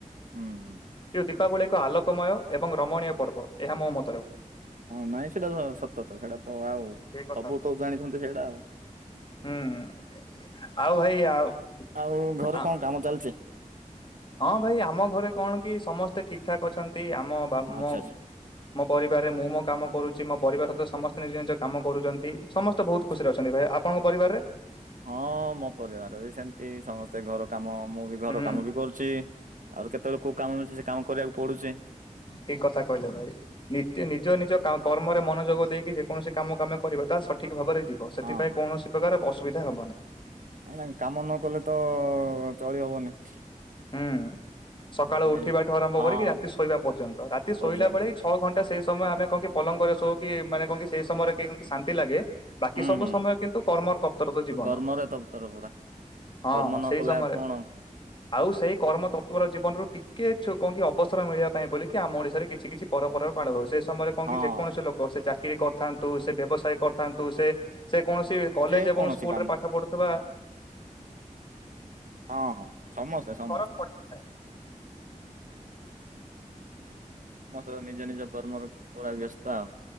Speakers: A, on the right; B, on the left.
A: ହୁଁ ହୁଁ
B: କିନ୍ତୁ ଦୀପାବଳି ଏକ ଆଲୋକମୟ ଏବଂ ରମଣୀୟ ପର୍ବ ଏହା ମୋ ମତରେ ଭାଇ
A: ହଁ ନାଇଁ ସେଇଟା ସତ ତ ସେଇଟା ତ ଆଉ
B: ଏ କଥା
A: ସବୁ
B: ଭାଇ।
A: ତ ଜାଣିଛନ୍ତି ସେଇଟା ଆଉ।
B: ହୁଁ ଆଉ ଭାଇ ଆଉ
A: ଆଉ ଘରେ
B: ଆ-
A: କଣ କାମ ଚାଲିଛି?
B: ହଁ ଭାଇ ଆମ ଘରେ କଣ କି ସମସ୍ତେ ଠିକ ଠାକ୍ ଅଛନ୍ତି ଆମ ବା
A: ଆଚ୍ଛା
B: ମ
A: ଆଚ୍ଛା
B: ମୋ ପରିବରେ ମୁଁ ମୋ କାମ କରୁଛି ମୋ ପରିବାର ସହିତ ସମସ୍ତେ ନିଜ ନିଜ କାମ କରୁଛନ୍ତି ସମସ୍ତେ ବହୁତ
A: ଆଚ୍ଛା।
B: ଖୁସିରେ ଅଛନ୍ତି। ଭାଇ ଆପଣଙ୍କ ପରିବାରରେ?
A: ହଁ ମୋ ପରିବାର ବି ସେମିତି ସମସ୍ତେ ଘର କାମ ମୁଁ ବି ଘର
B: ହୁଁ
A: କାମ ବି କରୁଛି ଆଉ ରି କେତେବେଳେ କୋଉ କାମ ମିଳଛି ସେ କାମ କରିବାକୁ ପଡ଼ୁଛି।
B: ଠିକ କଥା କହିଲେ ଭାଇ। ନି ନିଜ ନିଜ କର୍ମରେ ମନୋଯୋଗ ଦେଇକି ଯେକୌଣସି କାମ କୁ ଆମେ କରିବା ତାହା ସଠିକ ଭାବରେ ଯିବ ତ ସେଥିପାଇଁ
A: ହଁ
B: କୌଣସି ପ୍ରକାର ଅସୁବିଧା ହବ ନାହିଁ।
A: ନାଇଁ କାମ ନ କଲେ ତ ଚଳି ହବନି।
B: ହୁଁ। ସକାଳୁ
A: ସେଥିପାଇଁ
B: ଉଠିବା ଠୁ ଆରମ୍ଭ
A: ହଁ
B: କରିକି ରାତି ଶୋଇବା ପର୍ଯ୍ୟନ୍ତ ରାତି
A: ପର୍ଯ୍ୟନ୍ତ
B: ଶୋଇଲା ବେଳେ ଛଅ ଘଣ୍ଟା ସେଇ ସମୟ ଆମେ କଣ କି ପଲଙ୍କରେ ଶୋଉ କି ମାନେ କଣ କି ସେଇ ସମୟରେ କି ଶାନ୍ତି ଲାଗେ। ବାକି
A: ହୁଁ
B: ସବୁ
A: ହୁଁ
B: ସମୟ କିନ୍ତୁ କର୍ମର ତପ୍ତରତା ଯିବନ
A: କର୍ମରେ ତରତର ପୁରା।
B: ହଁ
A: କର୍ମ ନ
B: ସେଇ
A: କଲେ
B: ସମୟରେ।
A: ଆଉ କଣ
B: ଆଉ ସେଇ କର୍ମ ତତ୍ଵର ଜୀବନରୁ ଟିକେ କହକି ଅବସର ମିଳିବା, ପାଇଁ ବୋଲିକ କି ଆମ ଓଡିଶାରେ କିଛି କିଛି ପରପର୍ ପାଳ ହଉ ସେ ସମୟରେ କଣ
A: ହଁ
B: କି ଯେକୌଣସି ଲୋକ ସେ ଚାକିରୀ କରିଥାନ୍ତୁ। ସେ ବ୍ୟବସାୟ କରିଥାନ୍ତୁ ସେ ସେ କୌଣସି କଲେଜ
A: ଯେ
B: ଏବଂ
A: କୌଣସି
B: ସ୍କୁଲରେ
A: କାମ।
B: ପାଠ ପଢୁଥିବା
A: ହଁ -ହଁ ସମସ୍ତେ -ସମସ୍ତେ।
B: ଫରକ ପଡିନଥାଏ।
A: ସମସ୍ତ ନିଜ ନିଜ କର୍ମରେ ପୁରା ବ୍ୟସ୍ତ ଆଉ।